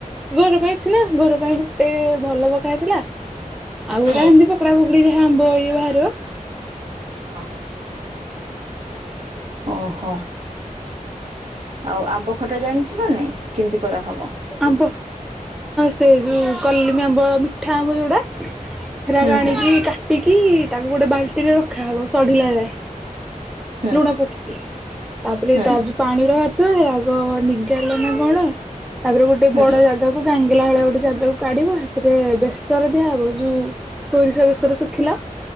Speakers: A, in the centre; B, on the right.
A: ଘର ପାଇଁ ଅଛି ନା ଘର ପାଇଁ ଗୁଟେ ଭଲ ପକା ହେଇଥିଲା ଆଉ ଗୋଟା
B: ହୁଁ।
A: ଏମତି ପକା ପୁକୁଡା ପୁକୁଡି ଯାହା ଆମ୍ବ ଇଏ ବାହାରିବ
B: ହଁ। ଓହୋ।
A: ିକ କର
B: ଆଉ ଆମ୍ବ ଖଟା ଜାଣିଛୁ ନା ନାଇଁ କେମିତି କରାହବ?
A: ଆମ୍ବ ସେ ଯୋଉ କଲିମି ଆମ୍ବ ମିଠା ଆମ୍ବ ଯୋଉଟା? ହେରାକ
B: ହୁଁ
A: ଆଣିକି
B: ହୁଁ
A: କାଟିକି ତାକୁ ଗୋଟେ ବାଲ୍ଟିରେ ରଖାହବ ସଢିଲା ଯାଏଁ
B: ହୁଁ
A: ଲୁଣ ପକେଇକି ତାପରେ
B: ହୁଁ।
A: ତାର ଯୋଉ ପାଣିର <unintelligible> ବ ନିଗାଢିଲା ନା କଣ ତାପରେ ଗୋଟେ
B: ହୁଁ
A: ବଡ ଜା ତାକୁ ଗାଙ୍ଗେଲା ଭଳିଆ ଗୋଟେ ଜାଗାକୁ କାଢିବ ହେଁଥିରେ ବେସର ଦିଆହବ ଯୋଉ ସୋରିଷା ବେଶର ଶୁଖିଲା